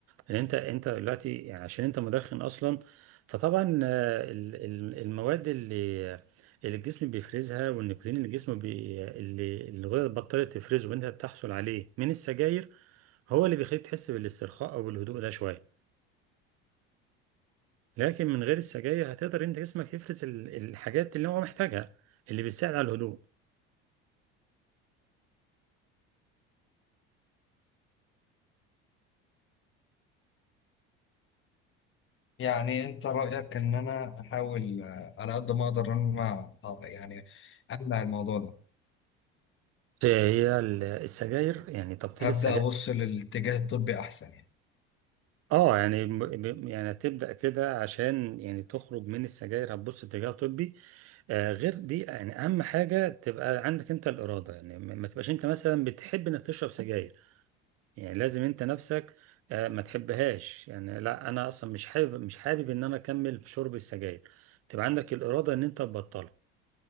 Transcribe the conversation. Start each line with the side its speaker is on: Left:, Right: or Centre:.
Right: لان انت انت دلوقتي يعني عشان انت مدخن اصلا فطبعا آه، ال- ال- المواد اللي اللي الجسم بيفرزها والنيكوتين اللي الجسم بي اللي اللي الغدد بطلت تفرزه وانت بتحصل عليه من السجاير هو اللي بيخليك تحس بالاسترخاء او بالهدوء ده شوية لكن من غير السجاير هتقدر انت جسمك يفرز ال- الحاجات اللي هو محتاجها اللي بتساعد على الهدوء
Left: يعني انت رايك ان انا احاول آه، على قد ما اقدر ان انا آه، يعني امنع الموضوع ده
Right: هي ال- السجاير يعني تبطيل
Left: ابدا
Right: السجاير
Left: ابص للاتجاه الطبي احسن يعني
Right: اه يعني م- ب- يعني هتبدأ كده عشان يعني تخرج من السجاير هتبص اتجاه طبي آه غير دي يعني اهم حاجة تبقى عندك انت الإرادة يعني ما ما تبقاش انت مثلا بتحب انك تشرب سجاير يعني لازم انت نفسك آه ما تحبهاش يعني لا انا اصلا مش حابب مش حابب ان انا اكمل في شرب السجاير تبقى عندك الإرادة ان انت تبطلها